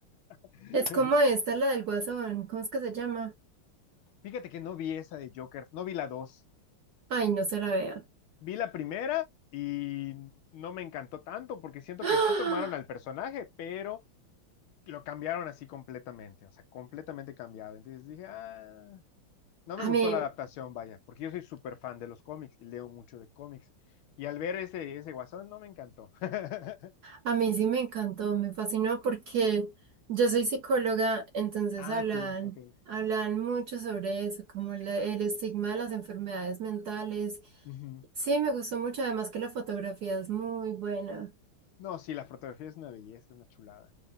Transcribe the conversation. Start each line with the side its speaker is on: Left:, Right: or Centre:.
Left: <laughs>
Right: Es como esta, la del Guasón. ¿Cómo es que se llama?
Left: Fíjate que no vi esa de Joker, no vi la dos.
Right: Ay, no se la vea.
Left: Vi la primera y no me encantó tanto porque siento
Right: <gasps>
Left: que
Right: ¡Ah!
Left: sí tomaron al personaje, pero lo cambiaron así completamente, o sea, completamente cambiado. Entonces dije, ah, no me
Right: A
Left: gustó
Right: mí,
Left: la adaptación, vaya, porque yo soy súper fan de los cómics y leo mucho de cómics. Y al ver ese, ese guasón, no me encantó. <laughs>
Right: a mí sí me encantó, me fascinó porque yo soy psicóloga, entonces
Left: Ah,
Right: hablan,
Left: ok, ok.
Right: hablan mucho sobre eso, como la- el estigma de las enfermedades mentales.
Left: Ujú.
Right: Sí, me gustó mucho, además que la fotografía es muy buena.
Left: No, sí, la fotografía es una belleza, es una chulada.